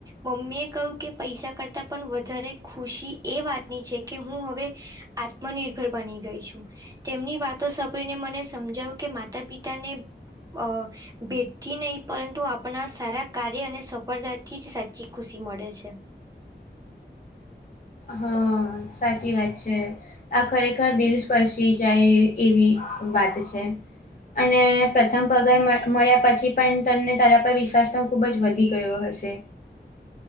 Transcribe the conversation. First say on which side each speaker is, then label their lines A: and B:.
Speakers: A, on the right; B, on the left.
A: મમ્મી એ કહ્યું કે પૈસા કરતા પણ વધારે ખુશી એ વાતની છે કે હું હવે. આત્મનિર્ભર બની ગઈ છું. તેમની વાતો સાંભળને મને સમજાવું કે માતા પિતા ને અં ભેઠથી નહી પરંતુ આપણા સારા કાર્ય અને સફળતા થી જ સાચી ખુશી મળે છે.
B: હં સાચી વાત છે. આ ખરેખર દિલ સ્પર્શી જાય એવી વાત છે. અને પ્રથમ પગાર મળ્યા પછી પણ તને તારા પર વિશ્વાસ પણ ખૂબ જ વધી ગયો હશે.